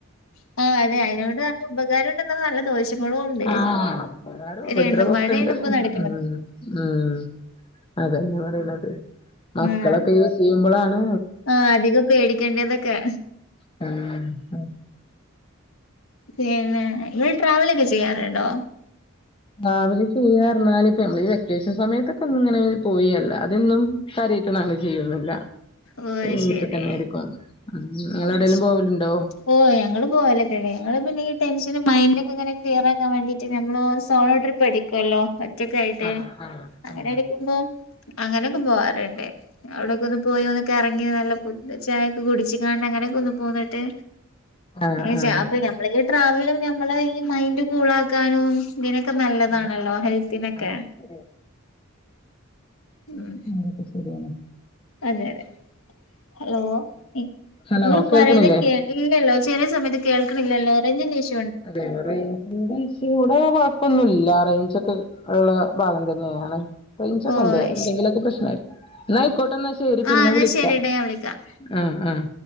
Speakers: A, on the left; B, on the left.
A: <inaudible> ആഹ് അതെ അയിനോട് നല്ല ഉപകാരം ഉണ്ടെന്ന നല്ല ദോഷങ്ങളും ഉണ്ട്
B: ആഹ് ഉപകാരം ഉപദ്രവൊക്കെ
A: രണ്ടും പാടെണ്
B: ഉണ്ട്
A: ഇപ്പം നടക്ക്
B: ഉം ഉമ് അതന്നെ പറയ്ന്നത് മക്കളൊക്കെ
A: ആഹ്
B: ഈ സ്കൂ യ്യുമ്പോളാണ്
A: ആഹ് അധികം പേടിക്കേണ്ടതൊക്കെ
B: ആഹ്
A: പിന്നെ ഇങ്ങൾ ട്രാവലൊക്കെ ചെയ്യാറുണ്ടോ
B: ട്രാവല് ചെയ്യാറ് ഇപ്പെമ്മൾ ഈ വെക്കേഷൻ സമയത്തൊക്കെ ഒന്നി ങ്ങനെ പോയി അല്ലാതൊന്നും കാര്യയിട്ടൊന്നും അങ്ങനെ ചെയ്യാന്നുല്ല
A: ഓഹ് അത്
B: വീട്ട്
A: ശരി
B: തന്നെയ്രിക്കും നങ്ങളെ
A: അത്
B: വ്ടെേലും
A: ശരി
B: പോവൽണ്ടോ
A: ഓ ഞങ്ങള് പോവലക്കെല്ലേ ഞങ്ങള് പിന്നെ ടെൻഷനും മൈൻഡ്ന്റെക്കെങ്ങെനെ ക്ലിയറാകാൻ വേണ്ടീട്ട് ഞമ്മളോ സോളോ ട്രിപ്പടിക്കും കൊല്ലൊ റ്റക്കായിട്ട്
B: ആഹ് ആഹ്
A: അങ്ങനെ
B: ആഹ്
A: എടക്കുമ്പോ അങ്ങനെയൊക്കെ പോവാർണ്ട് ഞങ്ങ പോയിവന്ന് കറങ്ങി നല്ല ഫുഡ് ചായൊക്കെ കുട്ച്ച് കാണ്ട് അങ്ങനെയൊക്കെ ഒന്ന് പോന്ന്ട്ട്
B: ആഹ് ആഹ്
A: അങ്ങയ്ച്ച
B: ആഹ്
A: അപ്പൊ നമ്മളെ ഈ ട്രാവലും ഞമ്മളെ ഈ മൈൻഡും കൂളക്കാനും തിനൊക്കെ നല്ലതാണല്ലോ
B: ആഹ്
A: ഹെൽത്തിനെക്കെ
B: ആഹ് അത് ശരിയാ
A: ഉം
B: അതക്കെ ശെരിയാണ്
A: അതെ അതെ ഹലോ ഇ
B: ഹലോ
A: ഇങ്ങൾ
B: കേൾക്കണില്ലേ
A: പറയുന്നേ കേ ഇല്ലല്ലോ ചെലെ സമയത്ത് കേക്ക് ൺല്ലല്ലോ റൈഞ്ചിന്റെ ഇഷ്
B: അതെയോ റൈഞ്ചിന്റെ ഇഷ്യുവ്ടെ കൊഴപ്പൊന്നുമല്ല റൈഞ്ചൊക്കെള്ള ഭാഗം തന്നെയാണ് റൈഞ്ചൊക്കെ
A: ഓ
B: ഇണ്ട് എന്തെങ്കിലൊക്കെ
A: ശരി
B: പ്രശ്നആയ്രി ന്നാ ആയിക്കോട്ടെന്നാ ശെരി
A: ആ
B: പിന്നെ
A: എന്നാ
B: വിളിക്കാം
A: ശരിടാ ഞാൻ വിളിക്കാം
B: ആഹ് ആഹ്